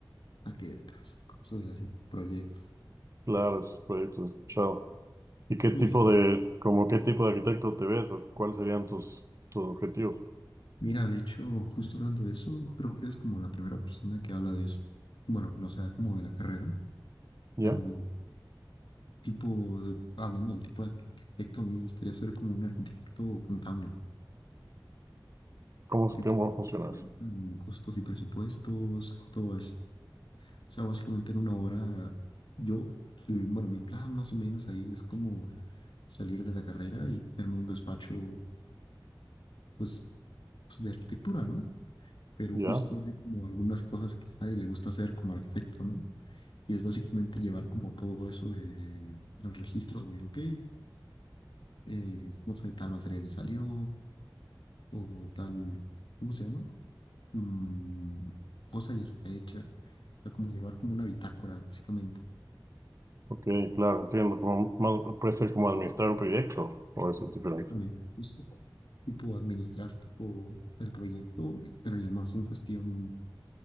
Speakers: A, on the left; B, on the right.
A: maquetas, cosas así, proyectos.
B: claro, esos proyectos he escuchado. ¿Y qué
A: Sí,
B: tipo
A: sí. sí.
B: de, como qué tipo de arquitecto te ves? o ¿Cuáles serían tus, tus objetivos?
A: Mira, de hecho, justo hablando de eso, creo que eres como la primera persona que habla de eso. Bueno, que no sea como de la carrera, ¿no?
B: ¿Ya?
A: pero tipo de, hablando del tipo de arquitecto, a mí me gustaría ser como un arquitecto contable,
B: ¿Cómo,
A: tipo
B: cómo funciona
A: pues, manejan
B: eso?
A: costos y presupuestos, todo esto O sea, básicamente en una hora, yo, el- bueno, mi plan más o menos ahí es como salir de la carrera y tenerme un despacho, pues, pues, de arquitectura, ¿no? Pero
B: Ya,
A: justo hay como algunas cosas que a nadie le gusta hacer como arquitecto, ¿no? Y es básicamente llevar como todo eso de, el registro de, ok, eh, no sé, tal material ya salió o tal, ¿cómo se llama? Mm, cosa ya está hecha. O sea, como llevar como una bitácora, básicamente.
B: ok, claro, entiendo. Como, más, puede ser como administrar un proyecto, o eso es diferente.
A: Exactamente, justo. Tipo administrar todo el proyecto, pero ya más en cuestión